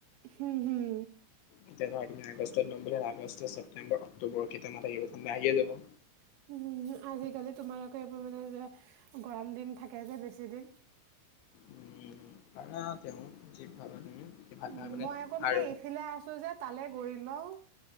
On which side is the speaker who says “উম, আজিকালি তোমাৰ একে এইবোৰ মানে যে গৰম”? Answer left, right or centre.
Right